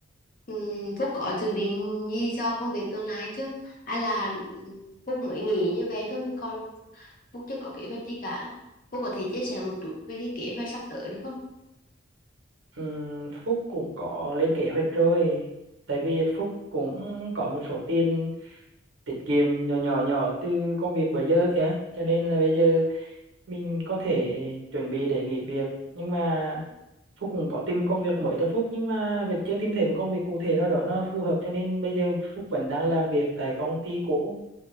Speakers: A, on the left; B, on the right.
A: Ừm, Phúc có dự định gì cho công việc tương lai chưa? Hay là ừm, Phúc mới nghĩ như vậy thôi, còn Phúc chưa có kế hoạch gì cả. Phúc có thể chia sẻ một chút về cái kế hoạch sắp tới được không?
B: Ừm, Phúc cũng có lên kế hoạch rồi tại vì Phúc cũng có một số tiền tiết kiệm nhỏ nhỏ nhỏ từ công việc bữa giờ kìa cho nên là bây giờ mình có thể chuẩn bị để nghỉ việc nhưng mà Phúc cũng có tìm công việc mới cho Phúc nhưng mà vẫn chưa tìm thấy một công việc cụ thể nào đó nó phù hợp cho nên bây giờ Phúc vẫn đang làm việc tại công ty cũ